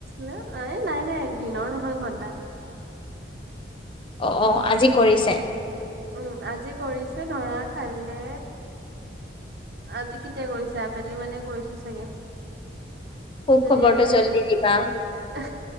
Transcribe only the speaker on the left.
অ আজি কৰিছে
সু
খবৰটো
জল্দি
দিবা